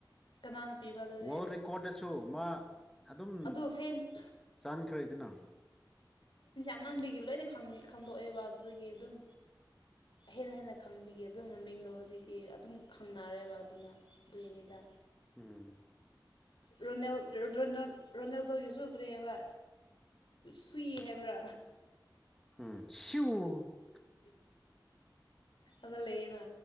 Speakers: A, on the left; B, in the centre.
A: ꯀꯅꯥꯅ ꯄꯤꯕ ꯑꯗꯨꯗꯤ
B: ꯋꯥ ꯔꯦꯀꯣꯔꯗ ꯑꯁꯨ ꯃꯥ ꯑꯗꯨꯝ
A: ꯑꯗꯨ ꯐꯦꯟꯁ
B: ꯆꯥꯟꯈ꯭ꯔꯣꯏꯗꯅ
A: ꯑꯉꯟꯕꯤꯒꯤ ꯂꯣꯏꯅ ꯈꯟꯗꯣꯛꯑꯦꯕ ꯑꯗꯨꯗꯒꯤ ꯑꯗꯨꯝ ꯍꯦꯟꯅ ꯍꯦꯟꯅ ꯈꯪꯕꯤꯒꯤ ꯑꯗꯨ ꯃꯃꯤꯡꯗꯣ ꯍꯧꯖꯤꯛꯇꯤ ꯑꯗꯨꯝ ꯈꯪꯅꯔꯦꯕ ꯑꯗꯨꯅ ꯑꯗꯨꯒꯤꯅꯤꯗ
B: ꯎꯝ
A: ꯔꯣꯅꯦꯜ ꯔ ꯔꯣꯅꯦꯦꯜꯗꯣ ꯌꯁꯨꯛ ꯀ꯭ꯔꯦ ꯍꯥꯏꯕ ꯁꯨꯏ ꯍꯥꯏꯕ꯭ꯔꯥ
B: ꯁꯨ
A: ꯑꯗ ꯂꯩꯅ